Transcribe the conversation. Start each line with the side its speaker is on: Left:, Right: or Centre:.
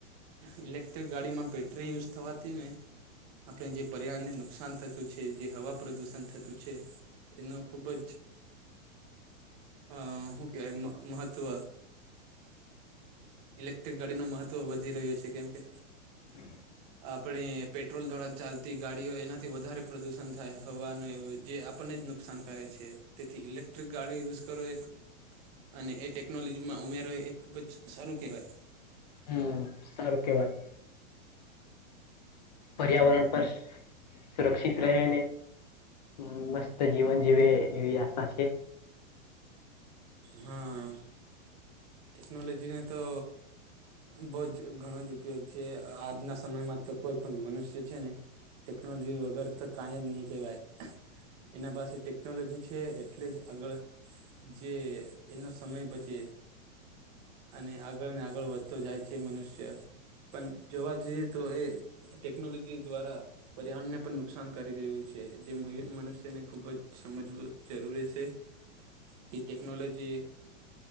Right: ઈલેક્ટ્રિક ગાડી માં બેટરી યુઝ થવાથી ને આપણે જે પરિવારને નુકસાન થતું છે જે હવા પ્રદુષણ થતું છે એનો ખુબ જ આકે મહત્ત્વ ઇલેક્ટ્રિક ગાડી ન મહત્વ વધી રહ્યો છે કેમ કે
Left: હ
Right: આપણે પેટ્રોલ દ્વારા ચાલતી ગાડીઓ એનાથી વધારે પ્રદુષણ થાય હવાનું એવ જે આપણને જ નુકસાન કરે છે તેથી ઇલેક્ટ્રિક ગાડી યુઝ કરો એક અને એ ટેકનોલોજીમાં ઉમેરો એ ખુબ જ સારું કેહેવાય
Left: હમ સારું કેવાય પર્યાવરણ પર સુરક્ષિત રહેને હ મસ્ત જીવન જીવે એવી આશા છે
Right: હા ટેકનોલોજીને તો બહ જ ઘણો જ ઉપયોગ છે આજના સમયમાં તો કોઈ પણ મનુષ્ય છે ને ટેક્નોલોજી વગર તો કં જ નહી કેહેવાય એના પાસે ટેકનોલોજી છે એટલે જ આગળ જે એનો સમય બચે અને આગળ ને આગળ વધતો જાય છે મનુષ્ય પણ જોવા જઈએ તો એ ટેકનોલોજી દ્વારા પર્યાવરણને પણ નુકસાન કરી રહ્યું છે જે મનુષ્યને ખુબ જ સમજવું જરૂરી છે
Left: <inaudible>
Right: કે ટેકનોલોજી